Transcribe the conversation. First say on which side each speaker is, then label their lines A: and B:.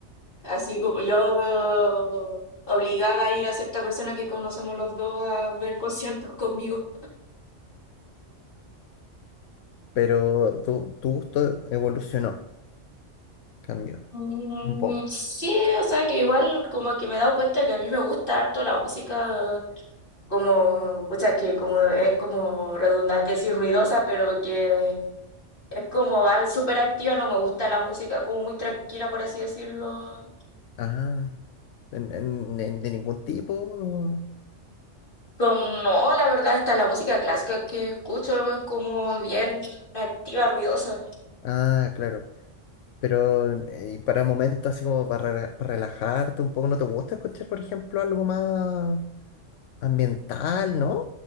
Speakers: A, on the left; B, on the left.
A: así como yo obligaba a ir a cierta persona que conocemos los dos a ver conciertos conmigo.
B: pero tu, tu gusto evolucionó, cambió
A: Mm,
B: un poco.
A: sí, o sea que igual como que me he dado cuenta que a mí me gusta harto la música como, o sea, que como es como redundante decir ruidosa, pero que es como al- súper activa, no me gusta la música como muy tranquila, por así decirlo.
B: Ah, en- en- en- de ningún tipo.
A: Como, no, la verdad, está la música clásica que escucho es como bien activa, ruidosa.
B: Ah, claro. Pero eh, y para momentos así como para, rela- para relajarte un poco, ¿no te gusta escuchar, por ejemplo, algo más ambiental, no?